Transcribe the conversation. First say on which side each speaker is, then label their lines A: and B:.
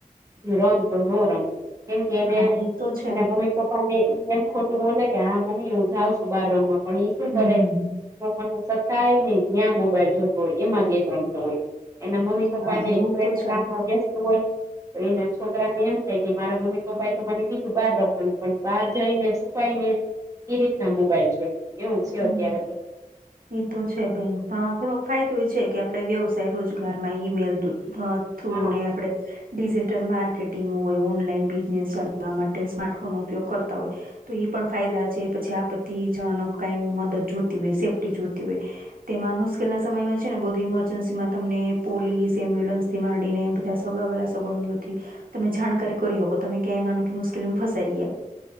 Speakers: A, on the right; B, on the right.
A: રમ તો ન રમે. કેમ કેને
B: હા એ તો છે
A: એના <unintelligible> પપ્પાને ઈ એમ ખોટું બોલે કે હા મમ્મી હું જાવ શું બાર રમવા પણ ઈ શું
B: હમ
A: કરે
B: હમ
A: <unintelligible> સતાય ને ન્યા મોબાઈલ જોતો હોય એમાં ગેમ રમતો હોય. એના મમ્મી પપ્પાને
B: હા એવું
A: તો એને
B: છે
A: કામમાં વ્યસ્ત હોય. તો એના છોકરાને એમ થાય કે મારા મમ્મી પપ્પા એ તો મને કીધું બહાર રમવાનું પણ બહાર જઈને છીપાઈને એ રીતના મોબાઈલ જોય એવું છે
B: હમ
A: અત્યારે તો.
B: એ તો છે બેન પણ થોડોક ફાયદો એ છે કે આપડે વ્યવસાય રોજગારમાં ઈમેલ થું
A: હા
B: ને આપણે ડિજિટલ માર્કેટિંગ હોય, ઓનલાઈન બિઝનેસ ચલાવવા માટે સ્માર્ટફોનનો ઉપયોગ કરતા હોય. તો એ પણ ફાયદા છે. પછી આપત્તિ જનક કઈ મદદ જોતી હોય, સેફ્ટી જોતી હોય તેમાં મુશ્કેલના સમયમાં છે ને બધુ ઈમરજન્સીમાં તમને પોલીસ એમ્બ્યુલન્સ સીમાડીને બધા શગવાલા સંબંધીઓ થી તમે જાણકારી કરી હકો તમે ક્યાંય માનો કે મુશ્કેલીમાં ફસાઈ ગયા